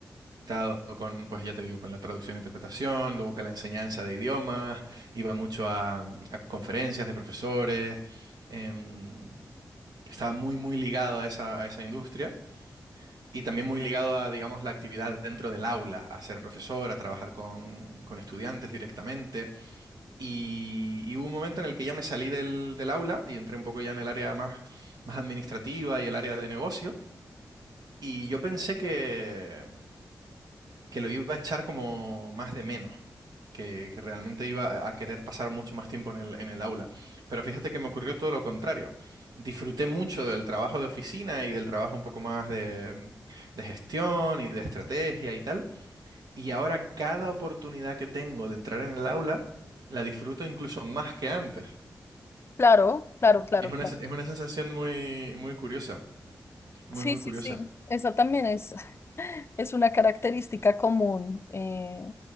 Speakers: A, on the right (about 80°); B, on the left (about 40°).
A: limitado con, pues ya te digo, con la traducción e interpretación, luego con la enseñanza de idiomas, iba mucho a, a conferencias de profesores, em, estaba muy, muy ligado a esa, a esa industria y también muy ligado a, digamos, la actividad dentro del aula, a ser profesor, a trabajar con, con estudiantes directamente. Y, y hubo un momento en el que ya me salí del, del aula y entré un poco ya en el área más, más administrativa y el área de negocio. Y yo pensé que, que lo iba a echar como más de menos, que, que realmente iba a a querer pasar mucho más tiempo en el, en el aula. Pero fíjate que me ocurrió todo lo contrario. Disfruté mucho del trabajo de oficina y del trabajo un poco más de, de gestión y de estrategia y tal. Y ahora cada oportunidad que tengo de entrar en el aula, la disfruto incluso más que antes.
B: claro, claro, claro,
A: Es
B: claro.
A: una, es una sensación muy, muy curiosa, muy,
B: Sí,
A: muy
B: sí,
A: curiosa.
B: sí. Esa también es, <laughs> es una característica común. eh,